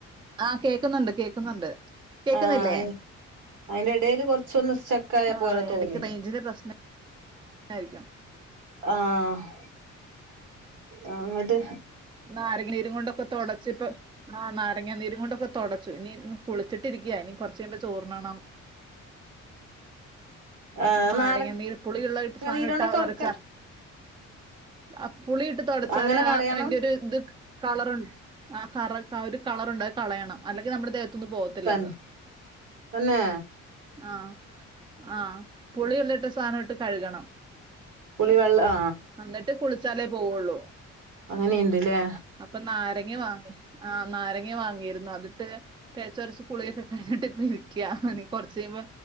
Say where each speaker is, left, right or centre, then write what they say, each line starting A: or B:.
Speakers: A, on the right; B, on the right.
A: ആഹ് കേക്ക്ന്നൊണ്ട് കേക്ക്ന്നൊ ണ്ട്. കേക്ക്ന്നില്ലേ
B: ആഹ് അയിന്റെ എടേല് കൊറച്ചൊന്ന് സ്റ്റക്കായ
A: ആഹ്
B: പോലെ തോന്നി
A: എടക്ക് റേഞ്ചിന്റെ പ്രശ്ന നാരിക്കും.
B: ആഹ ആ ഇങ്ങട്ട്.
A: നാരങ്ങനീരുകൊണ്ടോക്കെ തുടച്ച്ട്ട് ആഹ് നാരങ്ങ നീരും കൊണ്ടൊക്കെ തൊടച്ചു ഇനി കുളിച്ചിട്ടിരിക്ക ഇനി കൊർചയ്യുമ്പോ ചോർണ്ണണം. <inaudible>
B: ആഹ്
A: അഹ് നാരങ്ങനീര്
B: നാരങ്ങ
A: പുളിയുള്ള ഇട്ട് സാനം
B: നീരോണ്ട
A: ട്ടാ
B: തൊടക്ക
A: ഒരച്ചാ. അ പുളിയിട്ട് തൊടച്ചാലേ
B: അങ്ങനെ
A: ആ
B: കളയണം
A: വൻ. ട് ദ് ക് കളർ അ ക റ ഒര് കളർണ്ട് അഹ്കളയണം അല്ലങ്കി നമ്മുടെദേഹത്ത്. ത്തുന്ന് പോവത്തില്ലന്ന്
B: തന്നെ തന്നെ
A: അത് അ അ പുളിയുള്ളട്ട സാനം ട്ട് കഴുകണം.
B: പുളിവെൾ ആ.
A: ന്നട്ട് കുളിച്ചാലേ പോവുള്ളൂ.
B: അങ്ങനെയ്ണ്ട്ലെ.
A: അപ്പം നാരങ്ങവാങ്ങി ആ നാരങ്ങ വാങ്ങിയിരുന്നു അതിട്ട്. തേച്ചോരച്ച് കുളിയൊക്കെ കഴിഞ്ഞിട്ട് പ്പരിക്യാ ഇനി കൊറച്ചയുമ്പോ